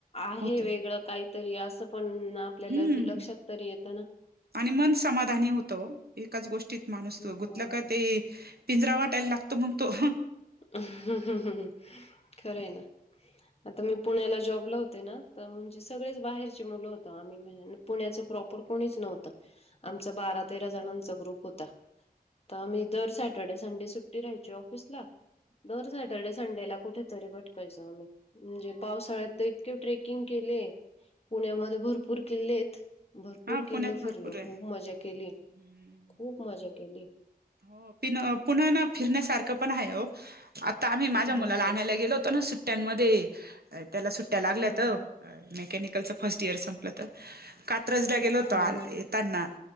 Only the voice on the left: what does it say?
आहे
वेगळं काहीतरी, असं पण आपल्याला
लक्षात तरी येतं ना.
हो.
<unintelligible> खरं आहे ना. आता मी पुण्याला जॉबला होते ना, तर म्हणजे सगळेच बाहेरचे मुलं होतो आम्ही. म्हण पुण्याच प्रॉपर कोणीच नव्हतं. आमचा बारा तेरा जणांचा ग्रुप होता. तर आम्ही दर सॅटर्डेला संडे सुट्टीयची ऑफिसला दर सॅटर्डे संडेला कुठेतरी भटकायचो आम्ही म्हणजे पावसाळ्यात तर इतके ट्रेकिंग केले. पुण्यामध्ये भरपूर किल्ले आहेत भरपूर
किल्ले
फिरलो
खूप मजा केली.
खूप मजा केली.
हो
हा हा
हा हा